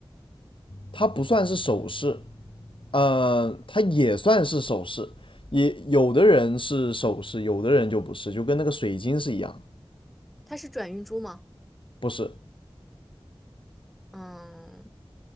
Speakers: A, on the left; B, in the centre.
A: 它不算是首饰，嗯，它也算是首饰，也有的人是首饰，有的人就不是，就跟那个水晶是一样，
B: 它是转运珠吗？
A: 不是，
B: 嗯。